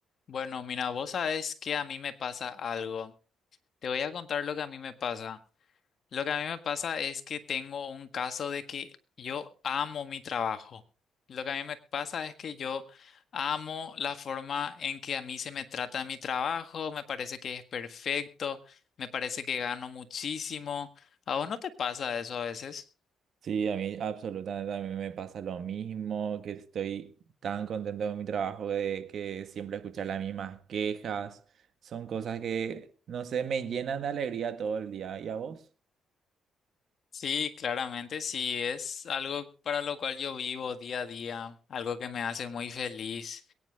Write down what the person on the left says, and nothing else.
Bueno, mira, vos sabés que a mí me pasa algo. Te voy a contar lo que a mí me pasa. Lo que a mí me pasa es que tengo un caso de que yo amo mi trabajo. Lo que a mí me pasa es que yo amo la forma en que a mí se me trata en mi trabajo, me parece que es perfecto, me parece que gano muchísimo. ¿A vos no te pasa eso a veces?
Sí, claramente sí, es algo para lo cual yo vivo día a día, algo que me hace muy feliz.